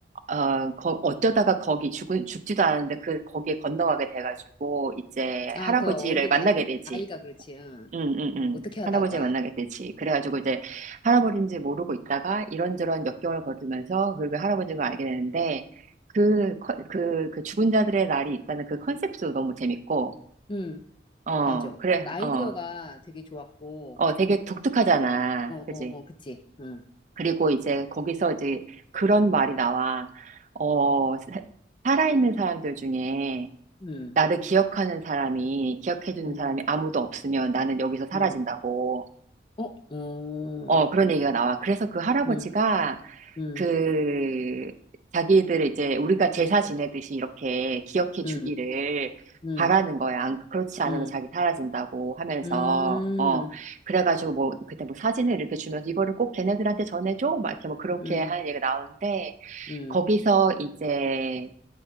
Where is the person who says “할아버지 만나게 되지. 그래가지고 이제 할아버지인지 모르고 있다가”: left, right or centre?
Right